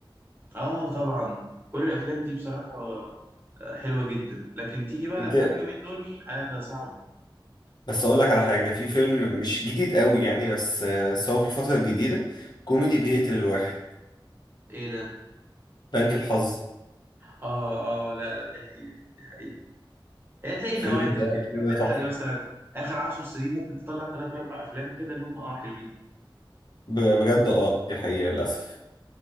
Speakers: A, on the right (about 25°); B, on the left (about 55°).
A: اه طبعا كل الافلام دي بصراحه آه، حلوه جدا لكن تيجي بقى الافلام
B: أنت
A: اليومين دول حاجه صعبه
B: بس أقول لك على حاجة في فيلم مش جديد قوي يعني بس آه، بس هو في الفترة الجديدة كوميدي بيقتل الواحد
A: ايه ده
B: بنك الحظ
A: اه اه لا لا دي حقيقه دي حقيقه هي هتلاقي
B: الفيلم
A: نوادر
B: ده
A: كده
B: الفيلم
A: يعني
B: ده تحفة
A: هتلاقي مثلا اخر عشر سنين ممكن تطلع ثلاث اربع افلام كده اللي هم اه حلوين
B: ب- بجد أه دي حقيقة للأسف